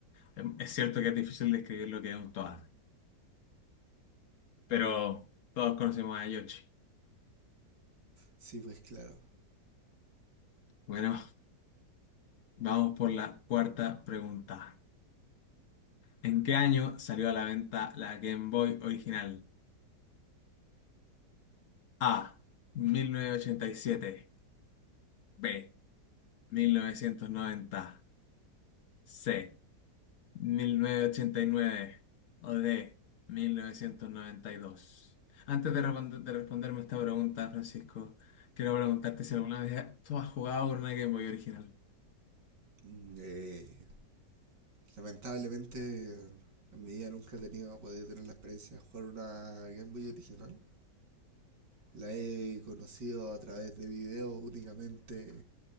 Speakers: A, on the left; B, on the right.
A: Em, Es cierto que es difícil describir lo que es un Toad, pero todos conocemos a Yoshi.
B: Sí, pues claro.
A: Bueno, vamos por la cuarta pregunta. ¿En qué año salió a la venta la Game Boy original? A. 1987. B. 1990. C. 1989. O D. 1992. Antes de, respond- de responderme esta pregunta, Francisco, quiero preguntarte si alguna vez tú has jugado con una Game Boy original.
B: Mm, Eh, lamentablemente en mi vida nunca he tenido, he podido tener la experiencia de jugar una Game Boy original. La he conocido a través de videos únicamente,